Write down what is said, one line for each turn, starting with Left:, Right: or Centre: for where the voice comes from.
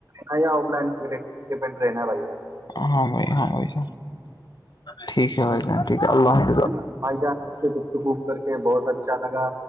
Right: نہیں آف لائن پ ڈپینڈ رہےنا ہے بھ
Left: ہاں بھائی ہاں بھائیان ٹھیک ہے بھائی جان ٹھیک ہے اللہ حاظ
Right: ہے نا بھائی جان کر کے دکتکوب کر کے بہت اچھا لگا